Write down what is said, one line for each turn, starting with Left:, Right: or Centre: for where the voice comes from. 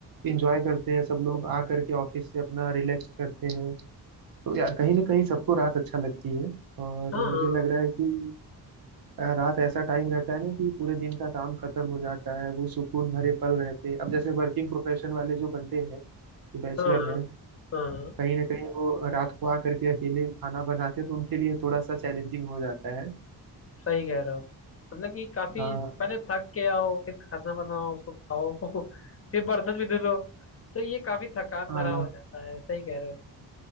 Right: इंजॉय करते हैं सब लोग आ करके ऑफिस से अपना रिलैक्स करते हैं तो यार कहीं ना कहीं सबको रात अच्छा लगती है और
Left: हाँ
Right: मुझे
Left: हाँ
Right: लग रहा है कि अ, रात ऐसा टाइम रहता है ना कि पूरे दिन का काम खत्म हो जाता है वो सुकून भरे पल रहते हैं अब जैसे वर्किंग प्रोफेशन वाले जो बंदे हैं जो बैचलर
Left: हाँ
Right: हैं
Left: हाँ
Right: कहीं ना कहीं वो रात को आ करके अकेले खाना बनाते हैं, तो उनके लिए थोड़ा सा चैलेंजिंग हो जाता है
Left: सही कह रहे हो मतलब कि काफी
Right: हाँ
Left: पहले थक के आओ फिर खाना बनाओ उसको खाओ <laughs> फिर बर्तन भी धुलो तो ये काफी थकान
Right: हाँ
Left: भरा हो जाता है सही कह रहे हो